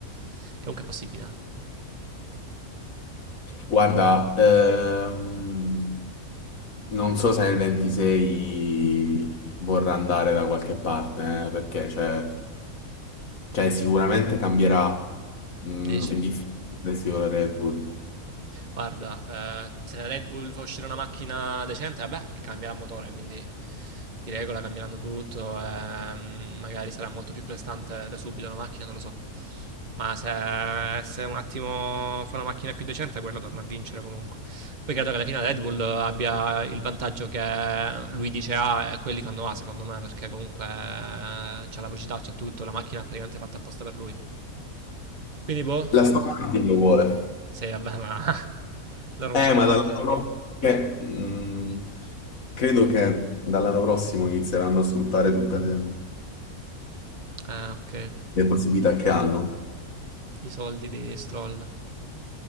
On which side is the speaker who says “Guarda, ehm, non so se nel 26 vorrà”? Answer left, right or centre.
Left